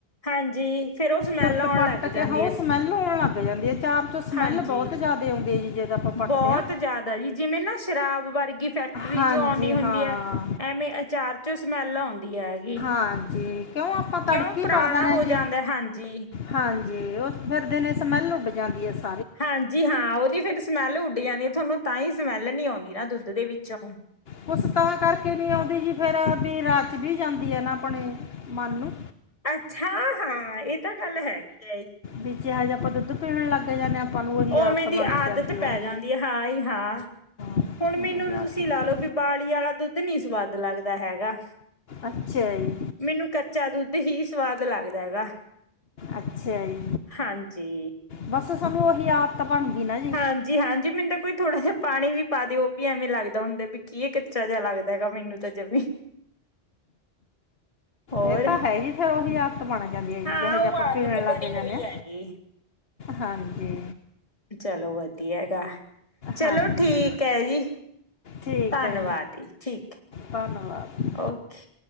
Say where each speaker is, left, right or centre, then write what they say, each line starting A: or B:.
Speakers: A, on the left (about 35°); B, on the left (about 70°).
A: ਹਾਂਜੀ। ਫੇਰ ਉਹ ਸਮੈਲ
B: ਤੁਰਤ
A: ਆਉਣ
B: ਪਾੱਟ
A: ਲੱਗ ਜਾਂਦੀ
B: ਕੇ ਹੌ
A: ਹੈ
B: ਸਮੈਲ ਆਉਣ ਲੱਗ ਜਾਂਦੀ ਆ ਚਾਰ ਚੋਂ ਸਮੈਲ
A: ਹਾਂਜੀ,
B: ਬਹੁਤ ਜ਼ਿਆਦਾ ਆਉਂਦੀ ਹੈ ਜੀ ਜੇ ਤਾਂ ਆਪਾਂ ਪੱਟਦੇ
A: ਬੋਤ
B: ਹਾਂ
A: ਜਾਦਾ ਜੀ, ਜਿਮੇਂ ਨਾ ਸ਼ਰਾਬ ਵਾਰਗੀ ਫੈਕਟਰੀ
B: ਹਾਂਜੀ
A: ਚੋਂ ਆਉਂਦੀ ਹੋਂਦੀ
B: ਹਾਂ
A: ਆ, ਐਮੇ ਅਚਾਰ ਚੋਂ ਸਮੈਲ ਆਉਂਦੀ ਆ ਹੈਗੀ।
B: ਹਾਂਜੀ। ਕਿਉਂ ਆਪਾਂ
A: ਕਿਂਉਂ?
B: ਤੜਕੀ
A: ਪੁਰਾਣਾ
B: ਪਾ ਦੇਣਾ
A: ਹੋ
B: ਹੈ
A: ਜਾਂਦਾ
B: ਜੀ
A: ਹਾਂਜੀ।
B: ਹਾਂਜੀ, ਉਹ ਫਿਰ ਦਿਨੇ ਸਮੈਲ ਉੱਡ ਜਾਂਦੀ ਆਂ ਸੀ।
A: ਹਾਂਜੀ-ਹਾਂ, ਉਹਦੀ ਫਿਰ ਸਮੈਲ ਉੱਡ ਜਾਂਦੀ, ਥੋਨੂੰ ਤਾਂ ਹੀ ਸਮੈਲ ਨਹੀਂ ਆਉਂਦੀ ਨਾ, ਦੁੱਧ ਦੇ ਵਿੱਚੋ।
B: ਕੁਛ ਤਾਂ ਕਰਕੇ ਨਹੀਂ ਆਉਂਦੀ ਜੀ, ਫਿਰ ਵੀ ਰਚ ਵੀ ਜਾਂਦੀ ਹੈ ਨਾ ਆਪਣੇ ਮਨ ਨੂੰ।
A: ਅੱ--ਹਾਂ-ਹਾਂ, ਇਹ ਤਾਂ ਗੱਲ ਹੈਗੀਆ, ਏ।
B: ਵਿੱਚੇ, ਜਿਹਾ ਜਾ, ਆਪਾਂ ਦੁੱਧ ਪੀਣ ਲੱਗ ਜਾਂਦੇ ਹਾਂ। ਆਪਾਂ ਨੂੰ ਉਹੀ ਆਦਤ
A: ਓਵੇਂ ਦੀ
B: ਬਣ
A: ਆਦਤ
B: ਜਾਂਦੀ
A: ਪੈ
B: ਹੈ
A: ਜਾਂਦੀ ਆ, ਹਾ, ਹੀ, ਹਾਂ।
B: ਉਹਨਾਂ
A: ਹੁਣ ਮੈਨੂੰ
B: ਦੀ ਆਦਤ
A: ਤੁਸੀਂ ਲਾਲੋੋ, ਬੀ ਉਬਾਲੀ ਵਾਲਾ ਦੁੱਧ ਨੀ ਸਵਾਦ ਲੱਗਦਾ ਹੈਗਾ।
B: ਅੱਛਾ ਜੀ।
A: ਮੀਨੂੰ ਕੱਚਾ ਦੁੱਧ ਹੀ, ਸਵਾਦ ਲੱਗਦਾ ਹੈਗਾ।
B: ਅੱਛਾ ਜੀ।
A: ਹਾਂਜੀ।
B: ਬਸ, ਸਾਨੂੰ ਉਹੀ ਆਦਤ ਬਣ ਗਈ ਨਾ। ਜੀ
A: ਹਾਂਜੀ-ਹਾਂਜੀ, ਮੈਨੂੰ ਤਾ ਕੋਈ ਥੋੜ੍ਹਾ ਜਿਹਾ ਪਾਣੀ ਵੀ ਪਾਦੇ ਉਹ ਵੀ ਐਵੇਂ ਲੱਗਦਾ ਹੁੰਦਾ ਵੀ ਕੀਏ, ਕੱਚਾ ਜਿਹਾ ਲੱਗਦਾ ਹੈਗਾ ਮੈਨੂੰ ਤੇ। ਜਮੀ ਹੋਰ
B: ਇਹ ਤਾ ਹੈਹੀ, ਫੇਰ ਉਹੀ ਆਦਤ ਬਣ ਜਾਂਦੀ ਹੈ,
A: ਹਾਂ
B: ਜੇਹੀ
A: ਉਹ
B: ਜਾ ਆਪਾਂ
A: ਆਦਤ
B: ਪੀਣ
A: ਬਣੀ
B: ਲੱਗ
A: ਹੋਈ
B: ਜਾਂਦੇ ਹਾਂ।
A: ਹੈਗੀ
B: ਹਾਂਜੀ।
A: ਚਲੋ ਵਧੀਆ ਗਾ, ਚਲੋ,
B: ਹਾਂਜੀ
A: ਠੀਕ ਹੈ ਜੀ।
B: ਠੀਕ
A: ਧੰਨਵਾਦ
B: ਹੈ
A: ਜੀ, ਠੀਕ ਏ।
B: ਧੰਨਵਾਦ।
A: ਓਕੇ।